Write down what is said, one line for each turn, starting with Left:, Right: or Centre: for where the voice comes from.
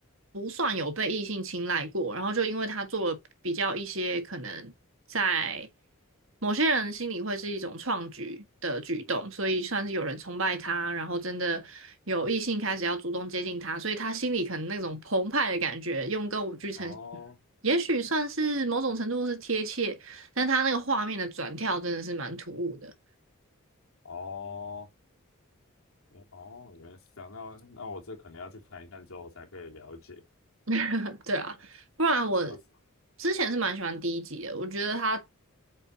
Right: 不算有被异性青睐过，然后就因为他做了比较一些可能在某些人心里会是一种创举的举动，所以算是有人崇拜他，然后真的有异性开始要主动接近他，所以他心里可能那种澎湃的感觉，用歌舞剧呈现。
Left: 哦
Right: 也许算是某种程度是贴切，但他那个画面的转跳真的是蛮突兀的。
Left: 哦，哦，原来是这样。那那我这可能要去看一看之后才可以了解。
Right: <laughs> 对啊，不然我
Left: 要是
Right: 之前是蛮喜欢第一集的，我觉得他